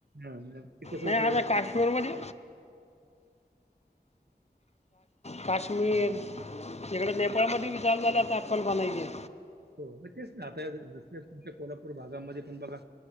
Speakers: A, on the right; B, on the left.
A: हा मग ते कसं
B: नाही
A: होतंय
B: आता काश्मीरमध्ये काश्मीर, तिकडें नेपाळमध्ये बी चालू झालं आता अँप्पल बनायच.
A: हो. मग तेच ना. आता जस तुमच्या कोल्हापूर भागामध्ये तेन बघा.